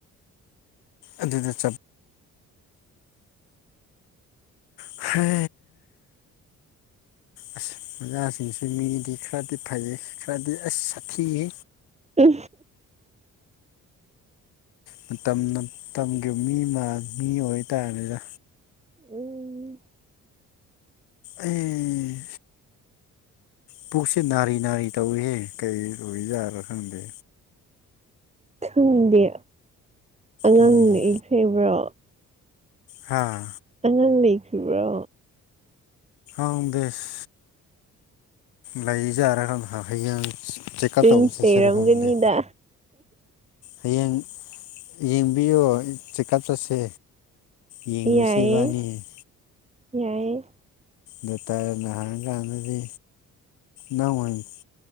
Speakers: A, on the left (about 75°); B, on the right (about 15°).
A: ꯑꯗꯨꯗ ꯆꯥꯝ ꯍ ꯑꯁ ꯑꯣꯖꯥꯁꯤꯡꯁꯤ ꯃꯤꯗꯤ ꯈꯔꯗꯤ ꯐꯩꯌꯦ ꯈꯔꯗꯤ ꯑꯁ ꯁꯥꯊꯤꯌꯦ
B: ꯎ
A: ꯃꯇꯝ ꯃꯇꯝꯒꯤ ꯃꯤ ꯃꯤ ꯑꯣꯏꯇꯥꯔꯅꯤꯗ
B: ꯎꯝ
A: ꯎꯝ ꯄꯨꯛꯁꯦ ꯅꯥꯔꯤ ꯅꯥꯔꯤ ꯇꯧꯏꯍꯦ ꯀꯩ ꯂꯣꯏꯖꯥꯔꯥ ꯈꯪꯗꯦ
B: ꯈꯪꯗꯦ ꯑꯉꯥꯡꯅ
A: ꯎꯝ
B: ꯏꯈ꯭ꯔꯕ꯭ꯔꯣ
A: ꯍꯥꯥ
B: ꯑꯉ ꯂꯩꯈꯔꯤꯕ꯭ꯔꯣ
A: ꯑꯪꯗꯁ ꯂꯥꯏꯖꯔꯥꯒꯝ ꯊꯩꯒ ꯑ ꯆꯦꯛꯀꯞ
B: ꯇ꯭ꯋꯤꯟꯁ
A: ꯇꯧꯕꯁꯦ
B: ꯂꯩꯔꯝꯒꯅꯤꯗ
A: ꯁꯦꯔ ꯈꯪꯗꯦ ꯍꯌꯦꯡ ꯌꯦꯡꯕꯤꯌꯣ ꯆꯦꯛꯀꯞ ꯆꯠꯁꯦ ꯌꯦꯡꯂꯨꯁꯤ
B: ꯌꯥꯏꯌꯦ
A: ꯏꯕꯥꯅꯤ
B: ꯌꯥꯏꯌꯦ
A: ꯗꯣꯀꯇꯔꯅꯥ ꯍꯪꯉꯥ ꯀꯥꯟꯗꯗꯤ ꯅꯪ ꯑꯣꯏꯅꯥ